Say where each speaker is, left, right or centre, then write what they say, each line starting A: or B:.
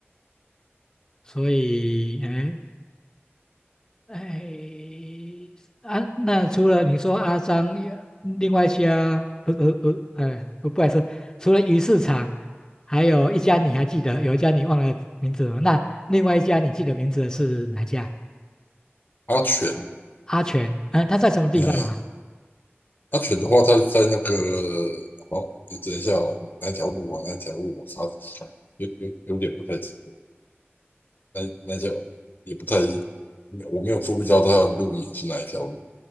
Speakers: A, on the left (about 15°); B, on the left (about 50°).
A: 所以哎。哎，啊，那除了你说阿张，另外一家不不不，哎，不不好意思，除了鱼市场，还有一家你还记得，有一家你忘了名字了。那另外一家你记得名字的是哪一家？
B: 安全，
A: 阿全，啊，他在什么地方啊
B: 哎。阿犬的话，它在那个好，等一下哦，哪一条路啊？哪一条路我查有有有点不太记得，那那条也不太，我没有注意到它的路名是哪一条路，